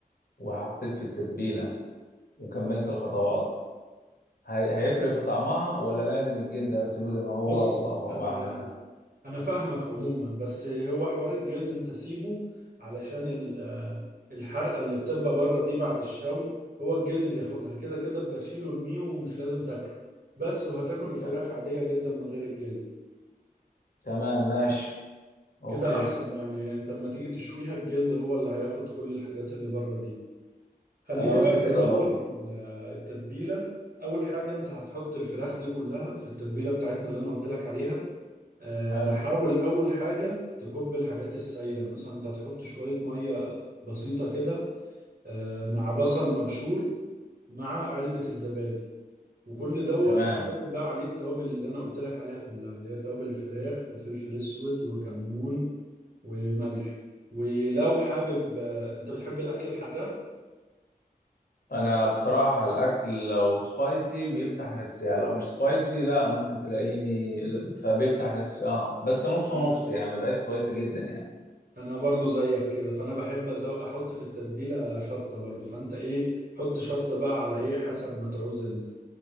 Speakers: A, on the left (about 75°); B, on the right (about 65°).
A: وحطيت في التتبيله وكملت الخطوات هي- هيفرق في طعمها ولا لازم الجلد اسيبه زي ما هو
B: بص
A: و- و-
B: انا
A: واعملها
B: انا فاهمك عموما بس هو حوار الجلد انت سيبه علشان ال- آه، الحرقه اللي بتبقى بره دي بعد الشوي هو الجلد بياخدها كده كده بشيله ارميه ومش لازم تاكله بس وهتاكل الفراخ
A: ت-
B: عاديه جدا من غير الجلد
A: تمام ماشي اوكي
B: كده احسن يعني انت لما تيجي تشويها الجلد هو اللي هياخد كل الحاجات اللي بره دي خليني
A: انا قلت
B: بقى اكمل
A: كده برضو
B: لك ال- آه، التتبيله اول حاجه انت هتحط الفراخ دي كلها في التتبيله بتاعتنا اللي انا قلت لك عليها آه،
A: حلو
B: حاول أول حاجة تكب الحاجات السايلة مثلا أنت تحط شوية مية بسيطة كده آه، مع بصل مبشور مع علبة الزبادي وكل دوت
A: تمام
B: هتحط بقى عليه التوابل اللي أنا قلت لك عليها كلها اللي هي توابل الفراخ وفلفل أسود وكمون وملح ولو حابب آه، أنت بتحب الأكل الحراق
A: انا بصراحة الاكل لو سبايسي بيفتح نفسي يعني لو مش سبايسي لا ممكن تلاقيني فبيفتح نفسي اه بس نص
B: أنا
A: ونص يعني ما بقاش سبايسي جدا يعني
B: أنا برضو زيك كده فأنا بحب أزو... أحط في التتبيلة شطة برضو فأنت إيه حط شطة بقى على إيه حسب ما تعوز أنت